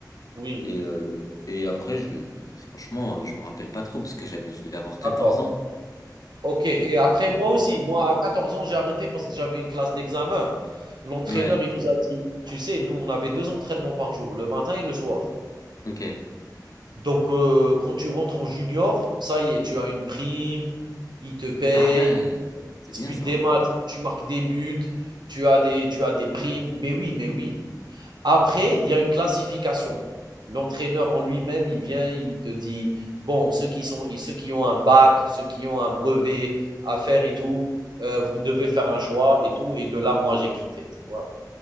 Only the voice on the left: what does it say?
Et, euh, et après, je, franchement, euh, je me rappelle pas trop parce que j'avais, je devais avoir 14
ans.
Donc,
euh,
j'étais-
Ouais,
ok.
Ah ouais, c'est
bien
ça.